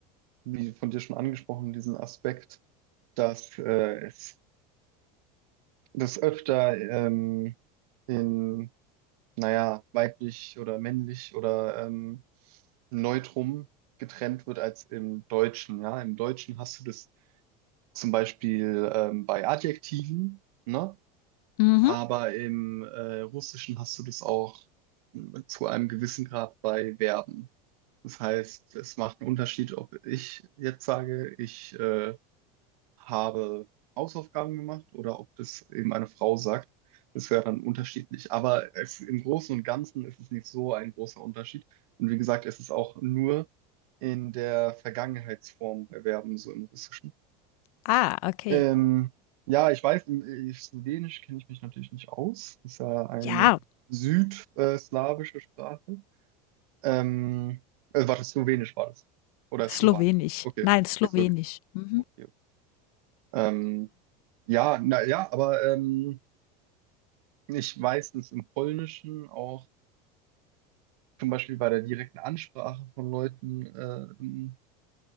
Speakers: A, on the right; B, on the left.
A: wie von dir schon angesprochen, diesen Aspekt, dass äh, es das öfter ähm, in naja, weiblich oder männlich oder ähm, Neutrum getrennt wird als im Deutschen. Ja, im Deutschen hast du das zum Beispiel ähm, bei Adjektiven, ne?
B: Mhm.
A: Aber im äh, Russischen hast du das auch m, zu einem gewissen Grad bei Verben. Das heißt, es macht einen Unterschied, ob ich jetzt sage, ich äh, habe Hausaufgaben gemacht oder ob das eben eine Frau sagt. Das wäre dann unterschiedlich. Aber es, im Großen und Ganzen ist es nicht so ein großer Unterschied. Und wie gesagt, es ist auch nur in der Vergangenheitsform bei Verben, so im Russischen.
B: Ah, okay.
A: Ähm, ja, ich weiß, im äh, Slowenisch kenne ich mich natürlich nicht aus. Das ist ja eine
B: Ja,
A: südslawische Sprache. Ähm, äh, warte, Slowenisch war das. Oder
B: Slowenisch.
A: Slowak. Okay,
B: Nein, Slowenisch.
A: okay, Slowenisch.
B: Mhm.
A: Okay. okay. Ähm, Ja, na ja, aber ähm, ich weiß, dass im Polnischen auch zum Beispiel bei der direkten Ansprache von Leuten ähm,